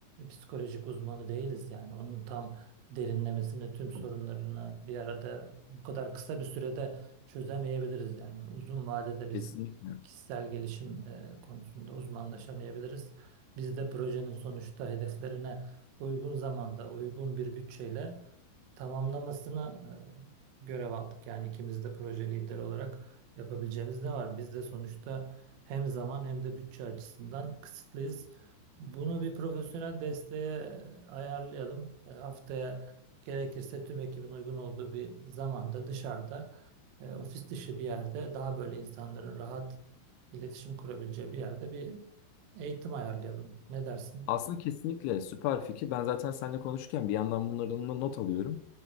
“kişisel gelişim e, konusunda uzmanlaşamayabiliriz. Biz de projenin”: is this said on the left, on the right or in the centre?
Right